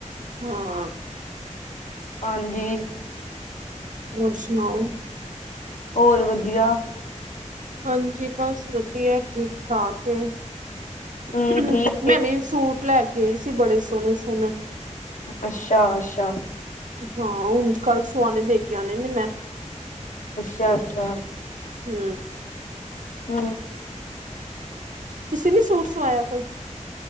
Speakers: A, on the right; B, on the left.
A: ਹਾਂ,
B: ਹਾਂਜੀ
A: ਹੋਰ ਸੁਣਾਓ?
B: ਹੋਰ ਵਧੀਆ।
A: ਹਾਂਜੀ ਬਸ ਵਧੀਆ ਠੀਕ- ਠਾਕ ਹੈ
B: ਹਮ ਠੀਕ
A: ਮੈਂ
B: ਏ
A: ਵੀ ਸੂਟ ਲੈ ਕੇ ਆਈ ਸੀ, ਬੜੇ ਸੋਹਣੇ-ਸੋਹਣੇ।
B: ਅੱਛਾ-ਅੱਛਾ।
A: ਹਾਂ ਹੁਣ ਕੱਲ ਸੂਆਣੇ ਦੇ ਕੇ ਆਨੇ ਨੇ ਮੈਂ।
B: ਅੱਛਾ-ਅੱਛਾ।
A: ਹੂ।
B: ਹੂ।
A: ਤੁਸੀਂ ਨੀ ਸੂਟ ਸਵਾਇਆ ਕੋਈ?